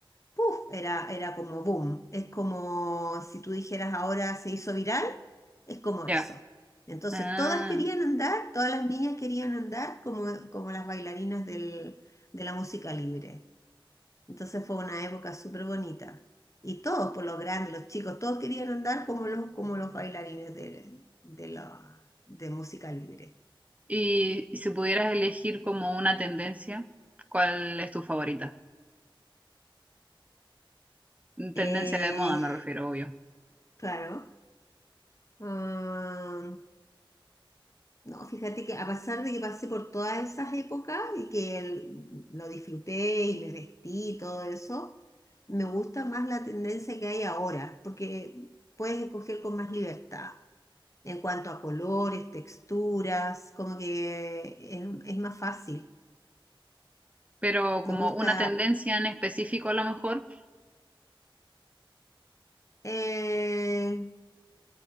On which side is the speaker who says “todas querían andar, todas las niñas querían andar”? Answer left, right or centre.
Left